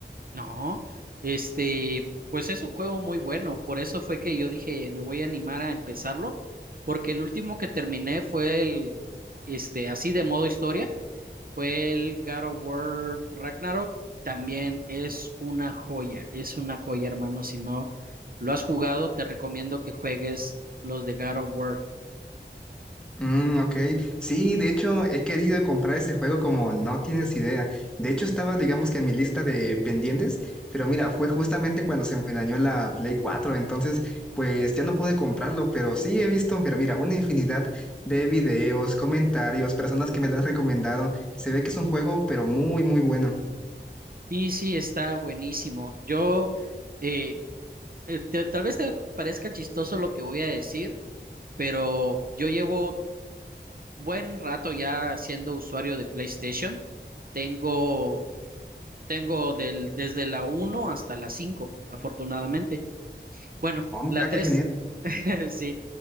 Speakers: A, on the right; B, in the centre.
A: No, este, pues es un juego muy bueno, por eso fue que yo dije, me voy a animar a empezarlo, porque el último que terminé fue el, este, así de modo historia, fue el God of War Ragnarok, también es una joya, es una joya, hermano, si no lo has jugado, te recomiendo que juegues los de God of War.
B: Mm, ok. Sí, de hecho, he querido comprar ese juego como no tienes idea. De hecho, estaba, digamos que en mi lista de pendientes, pero mira, fue justamente cuando se me dañó la Play cuatro, entonces, pues ya no pude comprarlo, pero sí he visto, pero mira, una infinidad de videos, comentarios, personas que me lo han recomendado. Se ve que es un juego, pero muy, muy bueno.
A: Y sí, está buenísimo. Yo, eh, eh, te- tal vez te parezca chistoso lo que voy a decir pero yo llevo buen rato ya siendo usuario de PlayStation. Tengo, tengo del, desde la uno hasta la 5 afortunadamente. Bueno,
B: Oh, mira,
A: la 3
B: qué genial.
A: <laughs> sí.